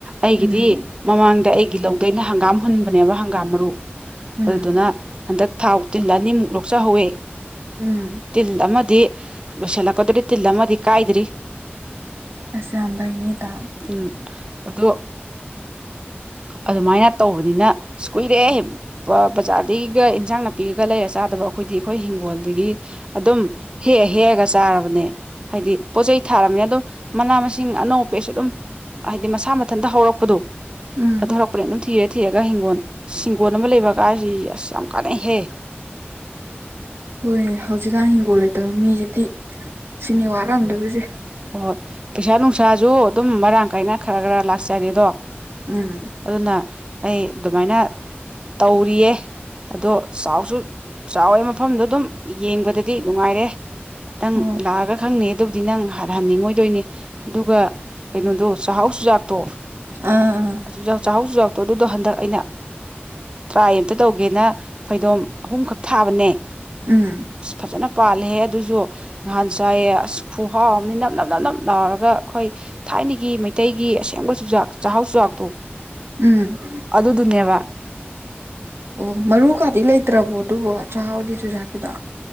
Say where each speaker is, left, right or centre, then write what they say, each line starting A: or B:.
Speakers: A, on the right (about 25°); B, on the right (about 70°).
A: ꯑꯩꯒꯤꯗꯤ
B: ꯎꯝ
A: ꯃꯃꯥꯡꯗ ꯑꯩꯒꯤ ꯂꯧꯗ ꯑꯩꯅ ꯍꯪꯒꯥꯝ ꯍꯨꯟꯕꯅꯦꯕ ꯍꯪꯒꯥꯝ ꯃꯔꯨ
B: ꯎꯝ
A: ꯑꯗꯨꯗꯨꯅ ꯍꯟꯗꯛ ꯊꯥꯎ ꯇꯤꯜ ꯑꯅꯤꯃꯨꯛ ꯂꯣꯛꯆꯍꯧꯋꯦ
B: ꯎꯝ
A: ꯇꯤꯜ ꯑꯃꯥꯗꯤ ꯂꯣꯏꯁꯜꯂꯛꯀꯗꯣꯔꯦ ꯇꯤꯜ ꯑꯃꯥꯗꯤ ꯀꯥꯏꯗ꯭ꯔꯤ
B: ꯑꯁ ꯌꯥꯝ ꯐꯩꯅꯦ ꯢꯇꯥ
A: ꯎꯝ ꯑꯗꯣ ꯑꯗꯨꯃꯥꯏꯅ ꯇꯧꯕꯅꯤꯅ ꯑꯁ ꯀꯨꯏꯔꯦꯍꯦ ꯄ ꯕꯖꯥꯔꯗꯒꯤꯒ ꯏꯟꯖꯥꯡ ꯅꯥꯄꯤꯒꯥꯒ ꯂꯩꯔ ꯆꯥꯗꯕ ꯑꯩꯈꯣꯏꯗꯤ ꯑꯩꯈꯣꯏ ꯍꯤꯡꯒꯣꯜꯗꯒꯤ ꯑꯗꯨꯝ ꯍꯦꯛꯑ ꯍꯦꯛꯑꯒ ꯆꯥꯔꯕꯅꯦ ꯍꯥꯏꯗꯤ ꯄꯣꯠ ꯆꯩꯩ ꯊꯥꯔꯝꯃꯦ ꯑꯗꯣ ꯃꯅꯥ ꯃꯁꯤꯡ ꯑꯅꯧ ꯄꯦꯁ ꯁꯨ ꯑꯗꯨꯝ ꯍꯥꯏꯗꯤ ꯃꯁꯥ ꯃꯊꯟꯇ ꯍꯧꯔꯛꯄꯗꯣ
B: ꯎꯝ
A: ꯑꯗꯣ ꯍꯧꯔꯛꯄꯗꯩ ꯑꯗꯨꯝ ꯊꯤꯔ ꯊꯤꯔꯒ ꯍꯤꯡꯒꯣꯟ ꯍꯤꯡꯒꯣꯟ ꯑꯃ ꯂꯩꯕ ꯀꯥꯏꯁꯤ ꯑꯁ ꯌꯥꯝ ꯀꯥꯟꯅꯩꯍꯦ
B: ꯍꯣꯏꯅꯦ ꯍꯧꯖꯤꯛꯀꯥꯟ ꯍꯤꯡꯒꯣꯜ ꯂꯩꯇꯕ ꯃꯤꯖꯤꯗꯤ ꯁꯤꯅꯤ ꯋꯥ ꯔꯝꯗꯧꯕꯖꯦ
A: ꯍꯣ ꯍꯣꯏ ꯄꯩꯁꯥ ꯅꯨꯡꯁꯥꯖꯨ ꯑꯗꯨꯝ ꯃꯔꯥꯡ ꯀꯥꯏꯅ ꯈꯔ ꯈꯔ ꯂꯥꯛꯆꯔꯦꯗꯣ
B: ꯎꯝ
A: ꯑꯗꯨꯅ ꯑꯩ ꯗꯨꯃꯥꯏꯅ ꯇꯧꯔꯤꯌꯦ ꯑꯗꯣ ꯆꯥꯎꯁꯨ ꯆꯥꯎꯋꯦ ꯃꯐꯝꯗꯣ ꯑꯗꯨꯝ ꯌꯦꯡꯕꯗꯗꯤ ꯅꯨꯡꯉꯥꯏꯔꯦ ꯇꯪ
B: ꯑꯣ
A: ꯂꯥꯛꯑꯒ ꯈꯪꯅꯤ ꯑꯗꯨꯕꯨꯗꯤ ꯅꯪ ꯍꯟꯅꯤꯡꯉꯣꯏꯗꯣꯏꯅꯦ ꯑꯗꯨꯒ ꯀꯩꯅꯣꯗꯣ ꯆꯥꯍꯥꯎ ꯆꯨꯖꯥꯛꯇꯣ
B: ꯑꯥ ꯑꯥ
A: ꯆꯨꯖꯥꯛ ꯆꯍꯥꯎ ꯆꯨꯖꯥꯛꯇꯣ ꯑꯗꯨꯗꯣ ꯍꯟꯗꯛ ꯑꯩꯅ ꯇ꯭ꯔꯥꯏ ꯑꯝꯇ ꯇꯧꯒꯦꯅ ꯐꯩꯗꯣꯝ ꯑꯍꯨꯝ ꯈꯛ ꯊꯥꯕꯅꯦ
B: ꯎꯝ
A: ꯑꯁ ꯐꯖꯅ ꯄꯥꯜꯂꯦꯍꯪ ꯑꯗꯨꯖꯨ ꯅꯍꯥꯟ ꯆꯥꯏꯌꯦ ꯑꯁ ꯈꯨꯍꯥꯎꯑꯝ ꯅꯤ ꯅꯞ ꯅꯞ ꯅꯞꯅꯞ ꯂꯥꯎꯔꯒ ꯑꯩꯈꯣꯏ ꯊꯥꯏꯅꯒꯤ ꯃꯩꯇꯩꯒꯤ ꯑꯁꯦꯡꯕ ꯆꯨꯖꯥꯛ ꯆꯥꯍꯥꯎ ꯆꯨꯖꯥꯛꯇꯣ
B: ꯎꯝ
A: ꯑꯗꯨꯗꯨꯅꯦꯕ
B: ꯑꯣ ꯃꯔꯨ ꯀꯥꯗꯤ ꯂꯩꯇ꯭ꯔꯕꯣ ꯑꯗꯨꯕꯣ ꯆꯥꯍꯥꯎꯒꯤ ꯆꯨꯖꯥꯛꯀꯤꯗꯣ